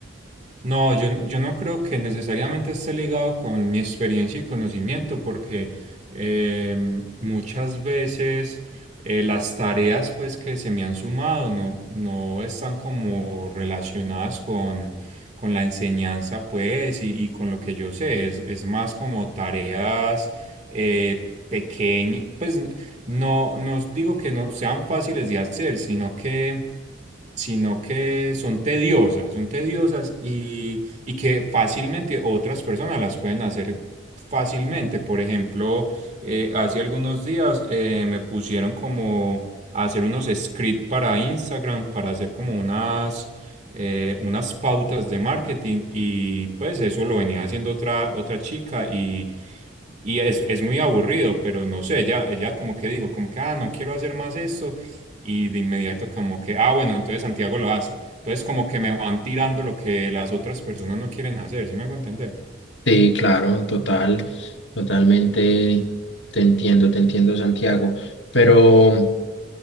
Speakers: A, on the right (about 35°); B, on the left (about 65°).
A: No, yo, no- yo no creo que necesariamente esté ligado con mi experiencia y conocimiento, porque eh, muchas veces eh, las tareas pues, que se me han sumado no, no están como relacionadas con, con la enseñanza pues, y, y con lo que yo sé. Es, es más como tareas eh, pequeñas, pues no, no digo que no sean fáciles de hacer, sino que sino que son tediosas, son tediosas y, y que fácilmente otras personas las pueden hacer fácilmente. Por ejemplo, eh, hace algunos días eh, me pusieron como a hacer unos scripts para Instagram, para hacer como unas, eh, unas pautas de marketing y pues eso lo venía haciendo otra, otra chica y... Y es, es muy aburrido, pero no sé, ella, ella como que dijo, como que, ah, no quiero hacer más esto. Y de inmediato como que, ah, bueno, entonces Santiago lo hace. Entonces como que me van tirando lo que las otras personas no quieren hacer, ¿sí me hago entender?
B: Sí, claro, total, totalmente te entiendo, te entiendo, Santiago. Pero